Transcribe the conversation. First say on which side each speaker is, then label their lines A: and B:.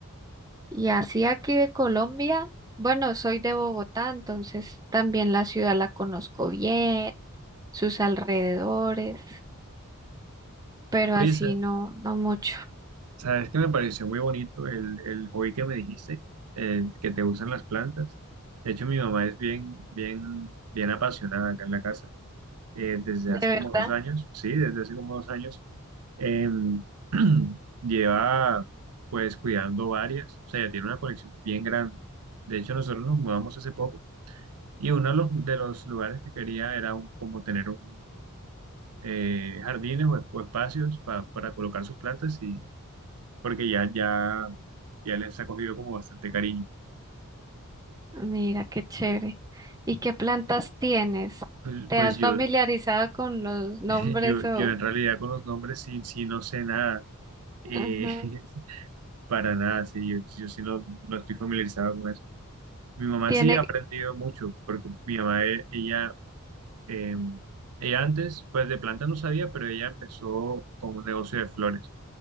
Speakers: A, on the right; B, on the right.
A: y así aquí de Colombia. Bueno, soy de Bogotá, entonces también la ciudad la conozco bien. sus alrededores, pero así
B: Oye, sa-
A: no, no mucho.
B: sabes que me pareció muy bonito el, el hobby que me dijiste, eh, que te gustan las plantas. De hecho, mi mamá es bien, bien, bien apasionada acá en la casa eh, desde
A: De
B: hace
A: verdad,
B: como dos años, sí, desde hace como dos años, em, <clears throat> lleva pues cuidando varias, o sea, ya tiene una colección bien grande. De hecho, nosotros nos mudamos hace poco y uno de los, de los lugares que quería era un- como tener un eh, jardines o, o espacios pa- para colocar sus plantas y porque ya, ya, ya les ha cogido como bastante cariño.
A: mira qué chévere. ¿Y qué plantas tienes?
B: Pues,
A: ¿Te
B: pues
A: has
B: yo,
A: familiarizado con los nombres
B: <laughs> yo,
A: o...
B: yo en realidad con los nombres sí, sí no sé nada. Eh,
A: Ajá.
B: <laughs> Para nada, sí, yo, yo sí no, no estoy familiarizado con eso. Mi mamá
A: Tiene...
B: sí ha aprendido mucho, porque mi mamá, e- ella, eh, ella antes, pues de planta no sabía, pero ella empezó con un negocio de flores.